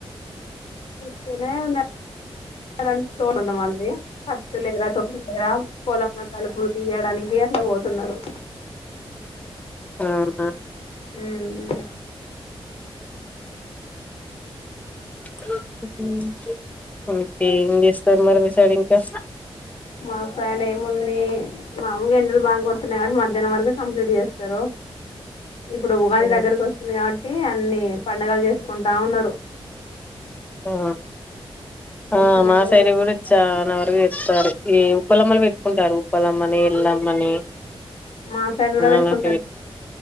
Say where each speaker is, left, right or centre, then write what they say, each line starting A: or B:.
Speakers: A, on the left; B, on the left.
A: ఉత్తిగానే ఉన్న. రన్ <unintelligible> మంది పత్తు లేరా, తొడిమి లేరా, పొలంలో కలుపులు తీయ్యడానికి. పోయి అట్లా పోతున్నారు.
B: ఆ.
A: ఉమ్. <inaudible>
B: అ హ్మ్ <unintelligible> ఏం జేస్తారు మరి, మీ సైడ్ ఇంకా.
A: మా సైడ్ ఏముంది, మాములుగా ఎండలు బాగా కొడుతున్నాయి కాబట్టి, మధ్యాహ్నం వరకే కంప్లీట్ చేస్తారు. ఇప్పుడు ఉగాది
B: హ్మ్.
A: దగ్గరకు వస్తుంది కాబట్. అంటే అన్ని పండుగలు చేసుకుంటా ఉన్నారు.
B: ఆ. ఆ
A: పండగలు
B: మాసైడు కూడా చానా వరకు ఎక్కుతారు. ఈ ఉప్పలమ్మలు పెట్టుకుంటారు, ఉప్పలమ్మని. ఎల్లమ్మని
A: మా సైడ్ కూడా పెట్టుకుంటారు
B: అలాగే